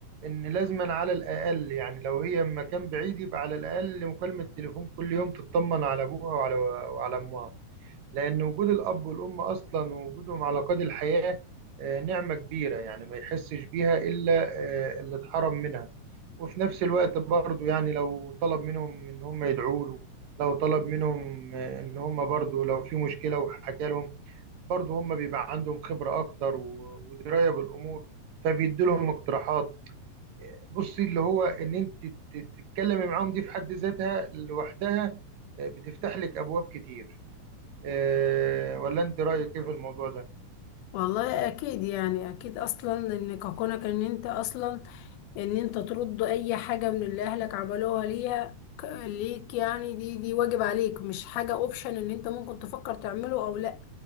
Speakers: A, on the right; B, on the left.
A: ان لازما على الاقل يعني لو هي مكان بعيد يبقى على الاقل مكالمة تليفون كل يوم تطمن على ابوها وعلى وعلى امها لأن وجود الأب والأم أصلا ووجودهم على قيد الحياة آه، نعمة كبيرة يعني ما يحسش بيها إلا آه، اللي اتحرم منها وفي نفس الوقت برضو يعني لو طلب منهم إن هم يدعوا له لو طلب منهم آه، إن هم برضو لو في مشكلة وحكى لهم برضو هم بيبقى عندهم خبرة أكتر و- ودراية بالأمور فبيدي لهم اقتراحات آه، بصي اللي هو إن أنت تت- تتكلمي معاهم دي في حد ذاتها لوحدها آه، بتفتح لك أبواب كتير آه، ولا انت رايك ايه في الموضوع ده
B: والله أكيد يعني أكيد أصلا إن كونك إن أنت أصلا ان انت ترد اي حاجة من اللي اهلك عملوها ليها ك- ليك يعني دي دي واجب عليك مش حاجة اوبشن ان انت ممكن تفكر تعمله او لا